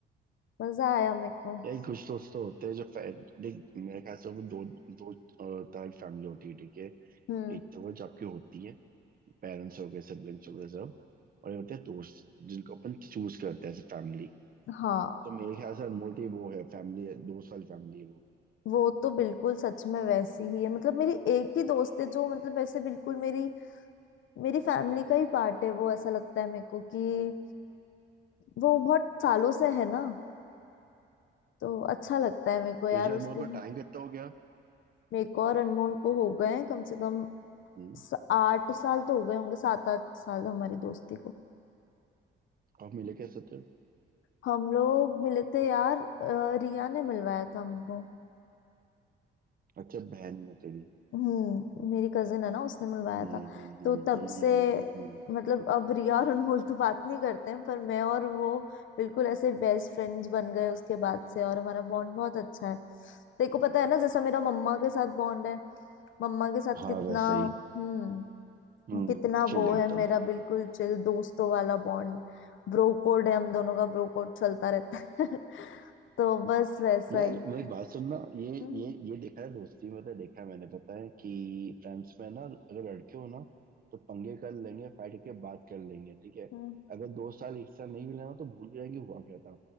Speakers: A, on the left (about 75°); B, on the right (about 45°).
A: मजा आया मेरे को
B: यही कुछ दोस्त तो होते हैं जो फै- देख मेरे ख्याल से वो दो दो अ, तरह की फैमिली होती है ठीक है
A: हम्म
B: एक तो वो जो आपकी होती है पेरेंट्स हो गए सिबलिंग्स हो गए सब और ये होते हैं दोस्त जिनको अपन चूज करते हैं एज फैमिली
A: हाँ
B: तो मेरे ख्याल से अनमोल की वो है फैमिली दोस्त वाली फैमिली है वो
A: वो तो बिल्कुल सच में वैसी ही है मतलब मेरी एक ही दोस्त है जो मतलब वैसे बिल्कुल मेरी मेरी फैमिली का ही पार्ट है वो ऐसा लगता है मेरे को कि वो बहुत सालों से है ना तो अच्छा लगता है मेरे को यार
B: तुझे अनमोल
A: उसके
B: को टाइम कितना हो गया
A: मेरे को और अनमोल को हो गए हैं कम से कम
B: हम्म,
A: स- आठ साल तो हो गए होंगे सात आठ साल हमारी दोस्ती को
B: आप मिले कैसे थे
A: हम लोग मिले थे यार अ, रिया ने मिलवाया था हमको
B: अच्छा बहन है तेरी
A: हम्म मेरी कजिन है ना उसने मिलवाया
B: हम्म
A: था
B: हम्म हम्म
A: तो तब
B: हम्म
A: से
B: हम्म हम्म, हम्म।
A: मतलब अब रिया और अनमोल तो बात नहीं करते हैं पर मैं और वो बिल्कुल ऐसे बेस्ट फ्रेंड्स बन गए उसके बाद से और हमारा बॉन्ड बहुत अच्छा है तेरे को पता है ना जैसा मेरा मम्मा के साथ बॉन्ड है मम्मा के साथ
B: हाँ
A: कितना
B: वैसे ही
A: हम्म
B: हम्म
A: कितना
B: चिल
A: वो
B: एकदम
A: है मेरा बिल्कुल चिल दोस्तों वाला बॉन्ड ब्रो कोड है हम दोनों का ब्रो कोड चलता रहता है <laughs> तो बस वैसा
B: यार
A: ही
B: मेरी बात सुनना ये
A: हम्म
B: ये ये देखा है दोस्ती में तो देखा है मैंने पता है कि फ्रेंड्स में ना अगर लड़के हो ना तो पंगे कर लेंगे फाइट करके बात कर लेंगे ठीक है
A: हम्म,
B: अगर दो साल एक साल नहीं मिले ना तो भूल जाएंगे हुआ क्या था